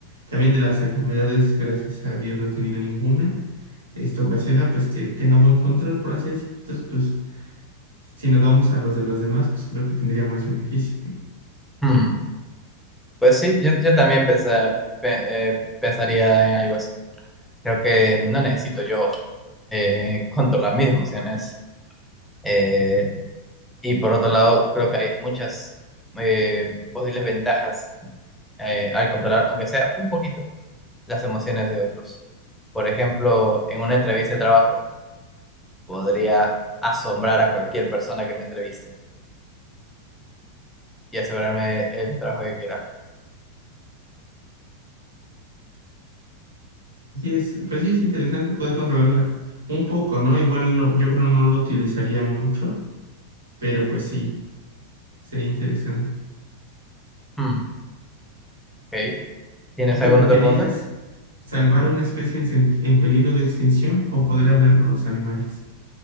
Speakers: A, on the right (about 70°); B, in the centre.
A: también de las enfermedades, gracias a Dios no he tenido ninguna, esto ocasiona
B: Mm.
A: pues que tenga buen control, por así decirlo, entonces pues si nos vamos a los de los demás, pues creo que tendría más beneficio.
B: Mm. Pues sí, yo, yo también pensa- pe- eh, pensaría en algo así. Creo que no necesito yo eh, controlar mis emociones. Eh, y por otro lado, creo que hay muchas eh, posibles ventajas eh, al controlar, aunque sea un poquito, las emociones de otros. Por ejemplo, en una entrevista de trabajo, podría asombrar a cualquier persona que me entreviste y asegurarme el trabajo que quiera.
A: Y es, pues sí, es interesante poder controlarla un poco, ¿no? Igual no- yo creo no lo utilizaría mucho, pero pues sí, sería interesante.
B: Mm. Ok. ¿Tienes
A: ¿Tú qué
B: alguna
A: preferías?
B: otra pregunta?
A: ¿Salvar
B: Ujú.
A: a una especie en, sen- en peligro de extinción o poder hablar con los animales?